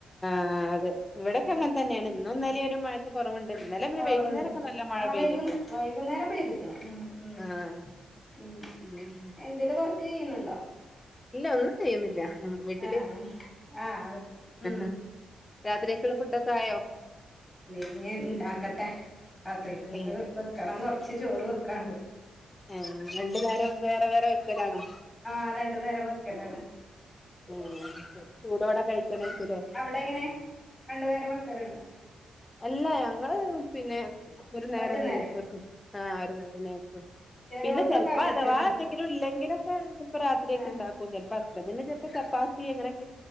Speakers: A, on the left; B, in the centre.
A: ആഹ് അതെ വിടൊക്കെ അങ്ങൻ തന്നേണ് ഇന്നും ന്നലീ ഒരു മഴ. ക്ക് കുറവ്ണ്ട് ഇന്നലെ പിന്നെ
B: കൊറവുണ്ട്
A: വൈകുന്നേരൊക്കെ നല്ല മഴ
B: ആഹ്
A: പെയ്ത്ട്ടോ.
B: വൈകുന്നേ വൈകുന്നേരം പെയ്ത്ക്ക്ണ് ഉം ഉം
A: ആഹ്.
B: ഉം.
A: ഉം
B: എന്തേലും വർക്ക് ചെയ്യ്ണ് ണ്ടോ?
A: ഇല്ല ഒന്നും ചെയ്യുന്നില്ല. ആഹ് വീട്ടില്
B: ആഹ് ആഹ് ഉം
A: ഹ് രാത്രിയെക്ക്ള്ളെ ഫുഡൊക്കെ ആയോ?
B: ല്ലെ ഞ്ഞി ണ്ടാക്കട്ടെ. രാത്രിക്ക്‌ക്ക്
A: ഏ
B: വെക്കണം കൊറച്ച് ചോറ് വെക്കാണ്ട്.
A: ഏഹ് രണ്ട് നേരം വേറെ, വേറെ വെക്കലാണോ?
B: ആഹ് രണ്ട് നേരം വെക്കലാണ്.
A: ഉം. ചൂടോടെ കഴിക്കണേര്ക്കും ല്ലേ.
B: ടെങ്ങനെ രണ്ട് നേരം വെക്കല്ണ്ടോ?
A: അല്ലാ ഞങ്ങള് പിന്നെ ഒരു നേരതന്നെ
B: ഒറ്റ നേരം
A: വെക്കും. ആഹ് ഒരു നേരം തന്നെ വെക്കൊള്ളു.
B: ചെലോടത്തൊക്കെ
A: പിന്നെ ചെലപ്പോ
B: അങ്ങനെ
A: അഥവാ
B: തന്നെ
A: എന്തെങ്കിലും ഇല്ലെങ്കിലൊക്കെ ചെലപ്പോ രാത്രിയക്ക്
B: ആഹ്
A: ണ്ടാക്കും. ഒന്നിൽ പത്ത് ഒന്ന് ഇല്ലെങ്കിൽ ചെലപ്പോ ചപ്പാത്തി അങ്ങനെയൊക്കെ.